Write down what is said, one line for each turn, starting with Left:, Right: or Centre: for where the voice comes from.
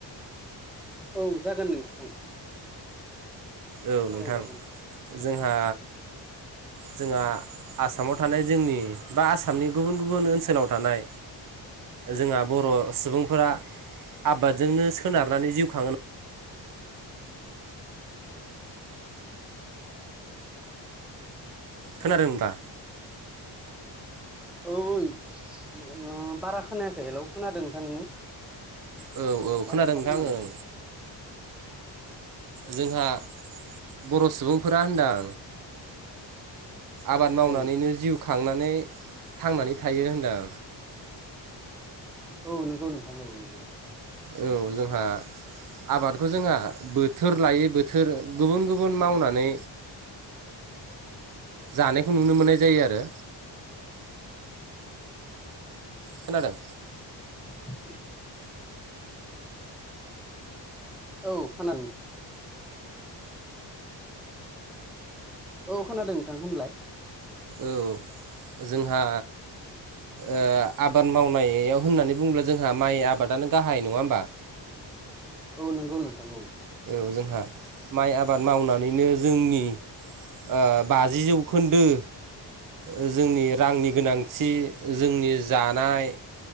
Centre: औ जागोन नोंथां।
Right: औ
Centre: सावरायजागोन।
Right: नोंथां जोंहा जोंहा आसामाव थानाय जोंनि बा आसामनि गुबुन गुबुन ओनसोलाव थानाय जोंहा बर' सुबुंफोरा आबादजोंनो सोनारनानै जिउ खाङो खोनादोंबा
Centre: औ उन ओ बारा खोनायाखै हेल' खोनादों नोंथां नोङो?
Right: औ
Centre: थाबथा
Right: औ
Centre: थाबथा
Right: नोंथां
Centre: खोनादों।
Right: ओं जोंहा बर' सुबुंफोरा होनदां। आबाद मावनानैनो
Centre: औ
Right: जिउ खांनानै थांनानै थायो होनदां।
Centre: औ नोंगौ नोंथां औ नोंगौ।
Right: औ जोंहा आबादखौ जोंहा बोथोर लायै बोथोर गुबुन गुबुन मावनानै जानायखौ नुनो मोननाय जायो आरो। खोनादों?
Centre: <inaudible> औ खोना। औ खोनादों नोंथां होनलाय।
Right: औ जोंहा ओ आबाद मावनायाव होननानै बुङोब्ला जोंहा माइ आबादानो गाहाय नङा होमबा?
Centre: औ नंगौ नोंथां औ।
Right: औ जोंहा माइ आबाद मावनानैनो जोंनि ओ बाजि जौखोन्दो ओ जोंनि रांनि गोनांथि जोंनि जानाय